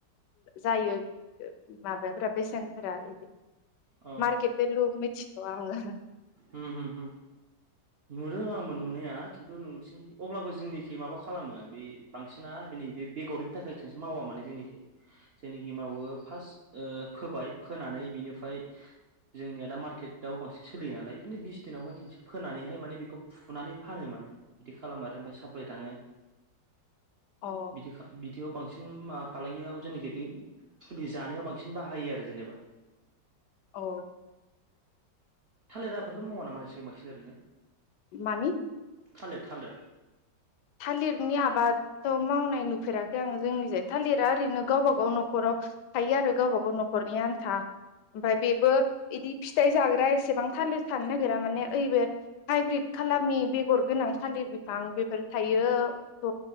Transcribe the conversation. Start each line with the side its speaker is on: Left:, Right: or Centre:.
Left: जायो माबाफोरा बेसेनफोरा बिदि।
Right: अ
Left: मार्केट भेलु मिथिथ'वा आङो
Right: हु हु नु रोआ‌मोन नुनाया खिन्थु नोंसिनि अब्लाबो जोंनिखि माबा खालामो बे बांसिना बेनि बे बेगरनि थाखाय <unintelligible> मावा माने जोंनिख जोंनिखि मावो फार्स्ट फोबाय फोनानै बिनिफ्राय जोंनिया दा मार्केटआव बांसिन सोलियो नालाय बिदिनो बिस दिनावहाय खेनसे फोनानैहाय माने बेखौ फुनानै फानो माने बिदि खालाम आरो ओमफ्राय साप्लााय थांङो
Left: अ
Right: बिदि बिदियाव बांसिन बांसिन माबा फालांगियाव जेनाखि बे फुलि जानायाव बांसिन बाहायो आरो जेनेबा
Left: औ।
Right: थालिरा आबादफोर मावा नामा नोंसिनिथिं बांसिन आरैनो
Left: मानि
Right: थालिर थालिर।
Left: थालिरनि आबादथ' मावनाय नुफेराखै आङो जोंनि जाय थालिरा ओरैनो गावबा गाव न'खराव थायो आरो गावबा गाव न'खरनि आन्था ओमफ्राय बेबो बिदि फिथाइ जाग्रा एसेबां थालिर थानो नागिरा माने ओइे बे हाइब्रिद खालारनि बेगर गोनां थालिर बिफां बेफोर थायो थ'